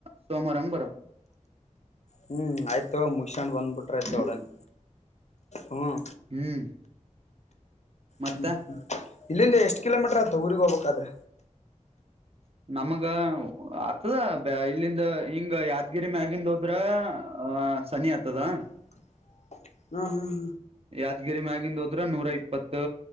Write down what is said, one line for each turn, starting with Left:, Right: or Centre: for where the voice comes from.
Right: ಸೋಮವಾರಂಗ ಬರಂ.
Left: ಹ್ಮ್ ಆಯ್ತು ಮುಸಂಡ್ ಬಂದ್ಬಿಟ್ರ್ದೊಡನ್
Right: ಹ್ಮ್
Left: ಹ್ಮ್.
Right: ಹ್ಮ್. ಮತ್ತ
Left: ಹ್ಮ್ ಹ್ಮ್ ಇಲ್ಲಿಂದ ಎಷ್ಟ್ ಕಿಲೋಮೀಟರ್ ಆತ ಊಗ್ ಹೋಗ್ಬೇಕಾದ್ರ.
Right: ನಮಗ ಆತದ ಬ ಇಲ್ಲಿಂದ ಹಿಂಗ ಯಾದಗಿರಿ ಮ್ಯಗಿಂದ ಹೋದ್ರ. ಹ ಸನಿ ಆಗ್ತದಾ.
Left: <inaudible> ಹ್ಮ್ ಹ್ಮ್
Right: ಯಾದಗಿರಿ ಮ್ಯಾಗಿಂದ. ಅದ್ರ ನೂರ ಇಪ್ಪತ್